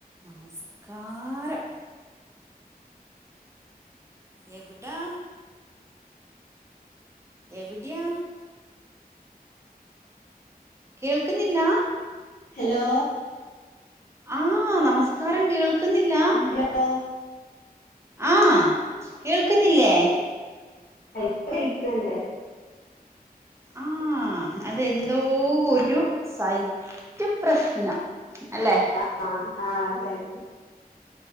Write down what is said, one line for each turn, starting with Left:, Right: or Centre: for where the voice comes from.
Right: നമസ്കാരം എവിടാ എവിടയാ കേൾക്കുന്നില്ലാ
Left: ഹലോ
Right: ആ നമസ്കാരം കേൾക്കുന്നില്ല
Left: ഹലോ
Right: ആ കേൾക്കുന്നില്ലേ
Left: ഇപ്പ കേൾക്കുന്നുണ്ട്
Right: ആ അതെന്തോ ഒരു സൈറ്റ് പ്രശ്ന അല്ലേ
Left: ആ ആ സൈറ്റ്